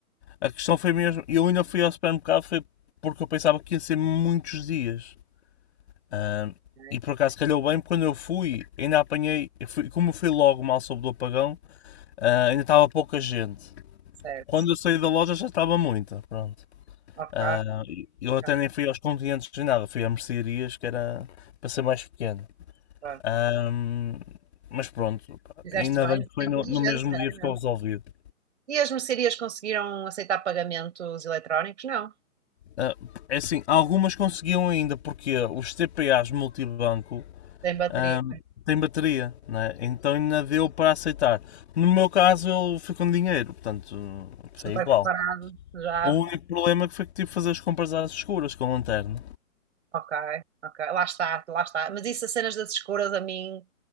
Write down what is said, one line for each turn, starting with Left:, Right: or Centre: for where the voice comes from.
Left: A questão foi mesmo. Eu ainda fui ao supermercado foi porque eu pensava que ia ser muitos dias. Ah,
Right: Ok,
Left: e por acaso calhou bem, porque quando eu fui, ainda apanhei. eu fui- como eu fui logo mal sobre o apagão, ah, ainda estava pouca gente.
Right: certo.
Left: Quando eu saí da loja já estava muita, pronto.
Right: Ok,
Left: Ah, eu
Right: ok,
Left: até nem fui aos continentes nem nada, fui a mercearias, que era para ser mais pequeno.
Right: ok.
Left: Ah, mas pronto, pá,
Right: Fizeste
Left: ainda
Right: bem,
Left: bem que foi
Right: foi inteligente,
Left: no, no mesmo
Right: bem,
Left: dia ficou
Right: não.
Left: resolvido.
Right: E as mercearias conseguiram aceitar pagamentos eletrónicos? Não.
Left: Ah, é assim, algumas conseguiam ainda, porque os TPAs multibanco
Right: Tem bateria.
Left: ahm, têm bateria, né? então ainda deu para aceitar. No meu caso, eu fui com dinheiro, portanto,
Right: Super
Left: foi igual.
Right: preparado, já.
Left: O único problema que foi que tive que fazer as compras às escuras com lanterna.
Right: Ok, ok. Lá está, lá está. Mas isso, as cenas das escuras, a mim,